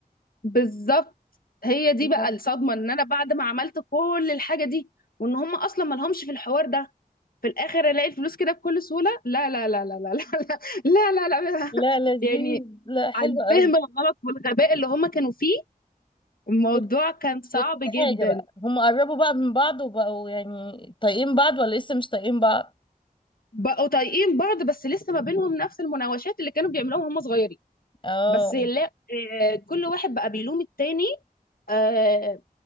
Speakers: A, on the left (about 70°); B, on the left (about 35°).
A: بالظبط هي دي
B: الله.
A: بقى الصدمة إن أنا بعد ما عملت كل الحاجة دي وإن هم أصلا مالهمش في الحوار ده في الاخر الاقي الفلوس كده بكل سهوله لا لا لا لا لا لا لا لا لا, لا.
B: لا
A: <laughs>
B: لذيذ
A: يعني
B: لا حلو
A: عن الفهم
B: قوي
A: الغلط والغباء اللي هما كانوا فيه الموضوع
B: بس
A: كان صعب
B: بس في
A: جدا
B: حاجة بقى هم قربوا بقى من بعض وبقوا يعني طايقين بعض ولا لسه مش طايقين بعض
A: بقوا طايقين بعض بس لسه ما بينهم نفس المناوشات اللي كانوا بيعملوها وهم صغيرين
B: اه
A: بس لا آه، كل واحد بقى بيلوم التاني آه،